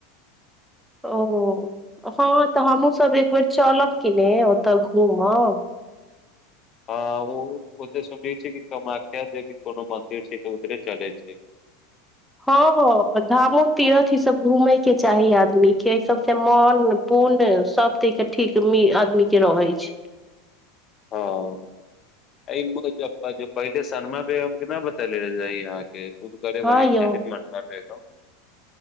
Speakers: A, in the centre; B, on the left (about 35°).
A: ओ हँ तऽ हमहूँसभ एक बेर चलब कि ने ओतऽ घूमब
B: आ ओ ओे सुनले छ कि कामाख्या जे भी कोनो मंदिर छै तऽ उधरे चलै छै
A: हँ धामो तीरथ ईसभ घूमयके चाही आदमीे एहि सभसँ मन पुण्य सभ द क ठीक आदमीक के रहै छै
B: हँ एहि जे पहिले सनमा बेगम के नहि बतेले रही अहाँके ओ करे
A: हँ
B: भइ
A: यौ
B: छथिन मनमा बेगम